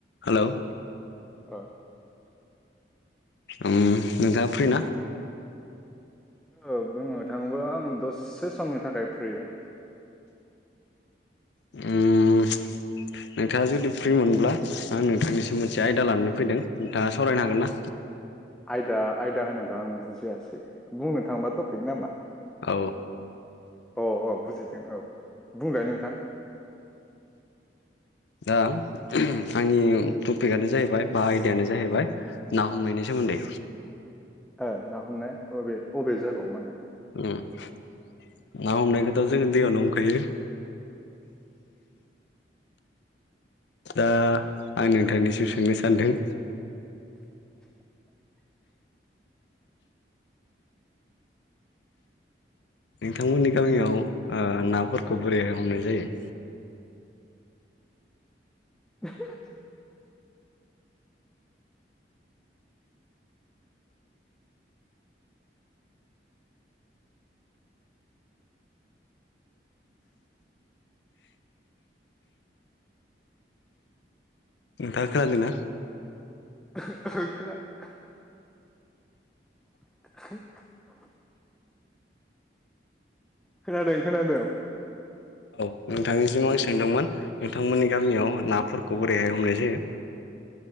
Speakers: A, on the left (about 75°); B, in the centre.
A: Hello
B: औ
A: उम नोंथाङा फ्रि ना?
B: औ बुंनो थाङोब्ला आं दससे समनि थाखाय फ्रि।
A: उम नोंथाङा जुदि फ्रि मोनब्ला आं नोंथांनिसो मोनसे आयदा लानानै फैदों नोंथाङा सावरायनो हागोन ना?
B: आयदा आयदा होनोबा आं बुजियासै बुंनो थांबा टपिक नामा?
A: औ
B: अ औ बुजिदों औ बुंलाय नोंथां।
A: दा आंनि टपिकआनो जाहैबाय बा आयदायानो जाहैबाय ना हमनायनि सोमोन्दै।
B: ओ ना हमनाया अबे अबे जायगायाव माने
A: ना हमनायखौथ' जोङो दैयावनो हमखायो। दा आं नोंथांनिसिम सोंनो सानदों
B: <unintelligible>
A: नोंथांमोननि गामियाव ओ नाफोरखौ बोरैहाय हमनाय जायो?
B: <unintelligible>
A: नोंथाङा खोनादों ना?
B: <unintelligible> <unintelligible> खोनादों खोनादों।
A: औ नोंथांनिसिम आं सोंदोंमोन नोंथांमोननि गामियाव नाफोरखौ बोरैहाय हमनाय जायो?